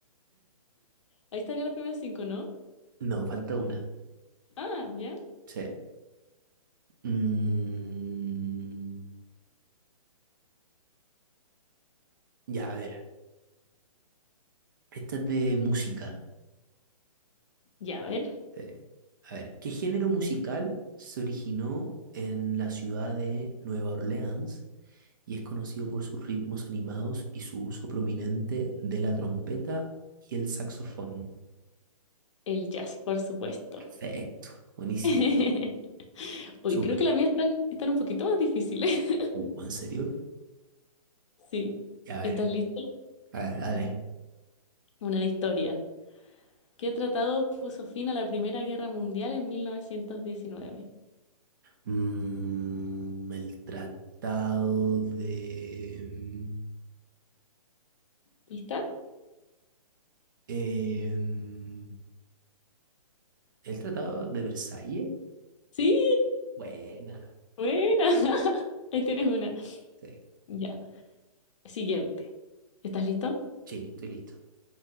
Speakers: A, on the left (about 55°); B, on the right (about 35°).
A: Ahí estarían los primeros cinco, ¿no?
B: No, falta una.
A: Ah, ya.
B: Sí. Mm, ya, a ver. Esta es de música.
A: Ya, a ver.
B: Sí. A ver, ¿qué género musical se originó en la ciudad de Nueva Orleans y es conocido por sus ritmos animados y su uso prominente de la trompeta y el saxofón?
A: El jazz, por supuesto.
B: Perfecto, buenísimo,
A: <laughs> Uy,
B: súper.
A: creo que las mías están, están un poquito más difíciles. <laughs>
B: Oh, ¿en serio?
A: Sí.
B: Ya, a ver,
A: ¿Estás listo?
B: a ver, dale.
A: Una de historia. ¿Qué tratado puso fin a la Primera Guerra Mundial en 1919?
B: Mm, el tratado de... mm,
A: ¿Lista?
B: em, el tratado de Versalles.
A: Sí,
B: Buena.
A: buena. <laughs> Ahí tienes una.
B: Sí,
A: Ya, siguiente. ¿Estás listo?
B: sí, estoy listo.